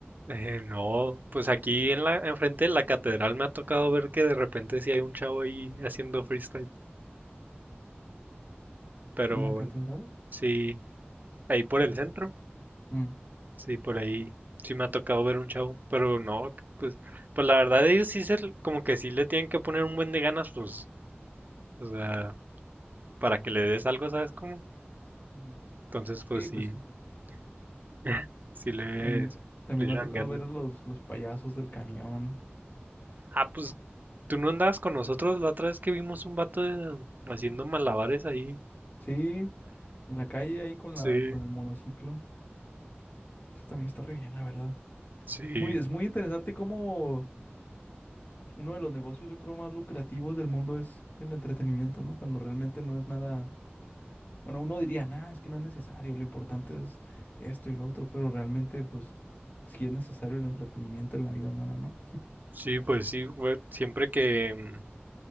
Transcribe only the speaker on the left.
¿En la catedral?
Mm,
mm,
ujú.
Sí,
pues sí.
También, también
me ha tocado
ver a los, los payasos del camión.
que-
sí, en la calle ahí con
la, con el monociclo. Eso también está re bien, la verdad.
Muy, es muy interesante cómo uno de los negocios, yo creo, más lucrativos del mundo es el entretenimiento, ¿no? Cuando realmente no es nada, bueno, uno diría, nada, es que no es necesario, lo importante es esto y lo otro, pero realmente, pues, sí es necesario el entretenimiento en la vida humana, ¿no?